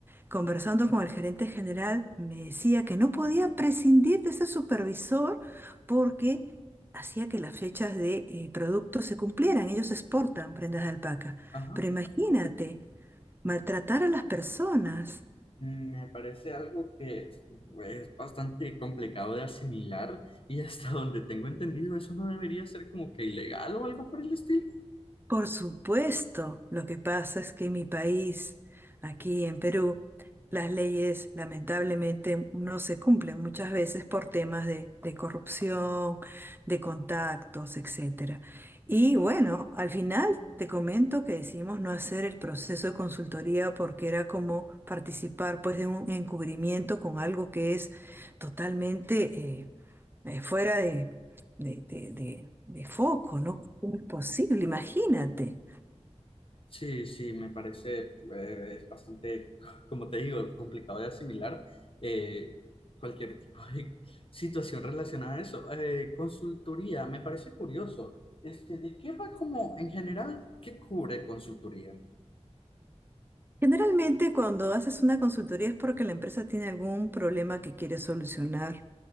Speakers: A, on the right; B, on the left.
A: conversando con el gerente general, me decía que no podía prescindir de ese supervisor porque hacía que las fechas de eh, productos se cumplieran. Ellos exportan prendas de alpaca.
B: Ajá.
A: Pero imagínate, maltratar a las personas.
B: Me parece algo que es, es bastante complicado de asimilar y hasta donde tengo entendido eso no debería ser como que ilegal o algo por el estilo.
A: Por supuesto, lo que pasa es que en mi país, aquí en Perú, las leyes lamentablemente no se cumplen muchas veces por temas de, de corrupción, de contactos, etcétera. Y bueno, al final te comento que decidimos no hacer el proceso de consultoría porque era como participar pues de un encubrimiento con algo que es totalmente... eh, eh, fuera de, de, de- de- de foco, ¿no? ¿Cómo es posible? Imagínate.
B: Sí, sí, me parece, eh, es bastante, <laughs> como te digo, complicado de asimilar eh, cualquier tipo de <laughs> situación relacionada a eso. Eh, consultoría, me parece curioso. Este, ¿de qué va como en general? ¿Qué cubre consultoría?
A: Generalmente cuando haces una consultoría es porque la empresa tiene algún problema que quiere solucionar.